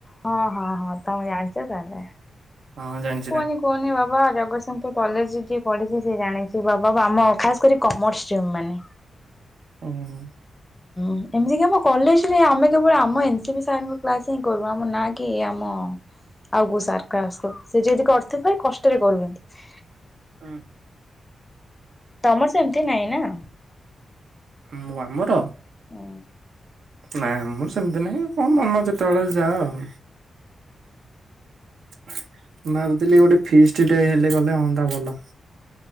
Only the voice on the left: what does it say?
ହଁ ହଁ ହଁ ତମେ ଜାଣିଛ ତାହେଲେ।
କୁହନି କୁହନି ବାବା ଜଗତସିଂପୁର କଲେଜରେ ଯିଏ ପଢିଛି ସେ ଜାଣିଛି ବାବା ଆମ ଖାସ୍ କରି କମର୍ସ ଷ୍ଟିମ ମାନେ।
ଏମିତି କି ଆମ କଲେଜ ରେ ଆମେ କେବଳ ଆମ ଏ ସ ସାର ଙ୍କ କ୍ଲାସ ହିଁ କରୁ ଆମ ନାଁ କି ଆମ ଆଉ କୋଉ ସାର କ୍ଲାସ କରୁ ସେ ଯଦି କରୁଥିବେ କଷ୍ଟରେ କରୁ କିନ୍ତୁ
ତମର ସେମିତି ନାଇଁ ନା?
ଉଁ।